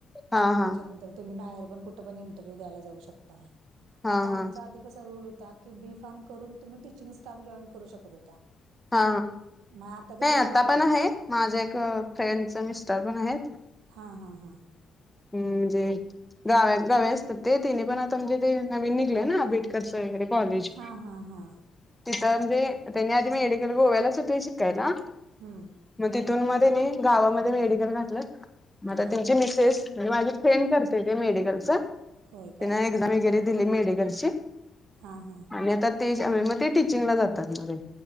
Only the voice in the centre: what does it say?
हा हा
हा
हा
हा
हा
नाही
आता
पण आहेत माझ्या एक फ्रेंडच मिस्टर पण आहेत
ह् म्हणजे गाव गावी असतात ते तिनि पण आता म्हणजे ते नवीन निघलं ना ब कर <unintelligible> वगैरे कॉलेज
तिथं म्हणजे त्यांनी आधी मेडीकल गोव्यालाच होत शिकायला
मग तिथून म त्येंनी गावामध्ये मेडिकल घातलं मग
आ त्यांची मिसेस म्हणजे माझी फ्रेंड करते ते मेडिकलच
तीन एक्झाम वगैरे दिली मेडिकलची
आणि आता ते जे आहे मग ते टीचिंगला जातात म ते